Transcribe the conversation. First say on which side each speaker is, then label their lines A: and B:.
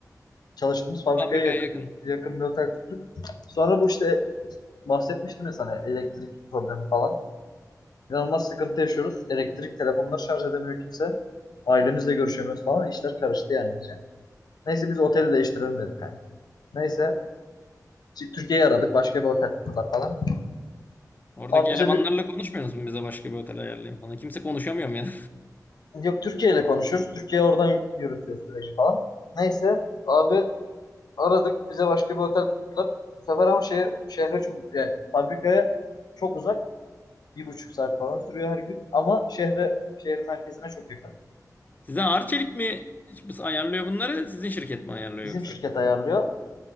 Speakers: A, on the left; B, on the left.
A: çalıştığımız fabrikaya
B: Fabrikaya
A: yakın,
B: yakın.
A: yakın bir otel tuttuk. Sonra bu işte bahsetmiştim ya sana elektrik problemi falan. İnanılmaz sıkıntı yaşıyoruz. Elektrik telefonları şarj edemiyor kimse. Ailemizle görüşemiyoruz falan. İşler karıştı yani iyice. Neyse biz oteli değiştirelim dedik kanka. Neyse Türkiye'yi aradık. Başka bir otel tuttular falan.
B: Oradaki
A: Abi bize
B: elemanlarla
A: bir
B: konuşmuyorsunuz mu bize başka bir otel ayarlayayım falan? Kimse konuşamıyor mu yani?
A: Yok Türkiye ile konuşuyoruz. Türkiye oradan yürütüyor süreci falan. Neyse abi aradık. Bize başka bir otel tuttular. Bu sefer ama şehir, şehre çok yani fabrikaya çok uzak. Bir buçuk saat falan sürüyor her gün. Ama şehre şehir merkezine çok yakın.
B: <laughs> Size Arçelik mi ayarlıyor bunları? Sizin şirket mi ayarlıyor
A: Bizim
B: yoksa?
A: şirket ayarlıyor.